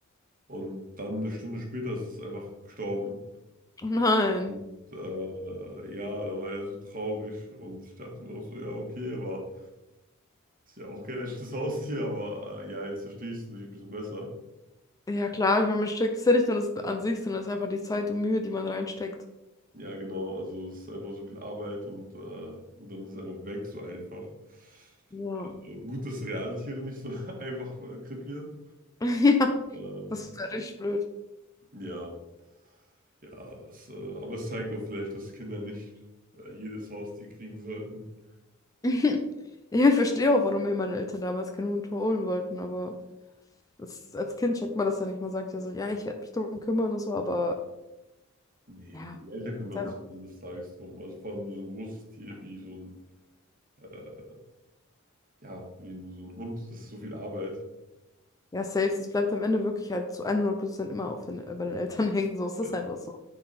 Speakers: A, on the right; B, on the left.
A: und dann eine Stunde später ist es einfach gestorben.
B: Oh nein.
A: Und äh, ja, da war er so traurig und ich dachte mir auch so, ja, okay, aber ist ja auch kein echtes Haustier, aber äh, ja, jetzt verstehe ich es natürlich ein bisschen besser.
B: Ja, klar, ich meine, man steckt, ist ja nicht nur das an sich, sondern es ist einfach die Zeit und Mühe, die man reinsteckt.
A: Ja, genau. Also es ist einfach so viel Arbeit und, äh, und dann ist es einfach weg, so einfach.
B: Ja.
A: Also
B: <laughs>
A: gut, dass Realtiere nicht so <laughs> einfach äh, krepieren.
B: Ja,
A: Ähm,
B: das wäre richtig blöd.
A: ja, ja, es, äh, aber es zeigt auch vielleicht, dass Kinder nicht äh, jedes Haustier kriegen sollten.
B: <laughs> Ja, ich verstehe auch, warum mir meine Eltern damals keinen Hund holen wollten, aber das, als Kind checkt man das ja nicht. Man sagt ja so, ja, ich werde mich darum kümmern und so, aber
A: Nee,
B: ja,
A: die Eltern kümmern
B: selber.
A: sich am Ende des Tages drum. Also vor allem so ein großes Tier wie so ein, äh, ja, wie ein- so ein Hund, das ist so viel Arbeit.
B: Ja, safe, das bleibt am Ende wirklich halt zu 100% immer auf den, äh, bei den Eltern <laughs> hängen. So, es ist
A: Ja,
B: das einfach so.